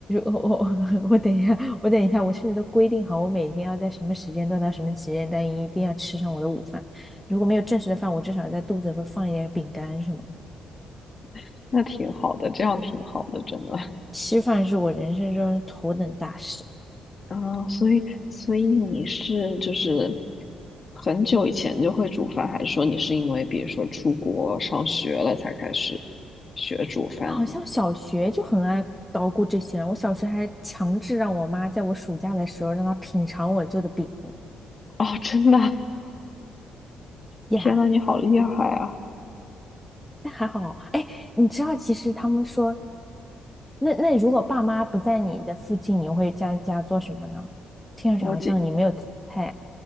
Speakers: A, in the centre; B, on the left.
A: 我我我等一下，我等一下，我甚至都规定好，我每天要在什么时间段到什么时间段一定要吃上我的午饭。如果没有正式的饭，我至少在肚子里会放一点饼干什么的。
B: <laughs> 那挺好的，这样挺好的，真的。
A: 吃饭是我人生中头等大事。
B: 啊，所以所以你是就是很久以前就会煮饭，还是说你是因为比如说出国上学了才开始学煮饭呢？
A: 我好像小学就很爱捣鼓这些，我小学还强制让我妈在我暑假的时候让她品尝我做的饼
B: 哦，真的啊
A: 呀。
B: 天呐，你好厉害啊！
A: 那还好，哎，你知道，其实他们说那那如果爸妈不在你的附近，你会在家做什么呢？听上去好像你没有太
B: 我这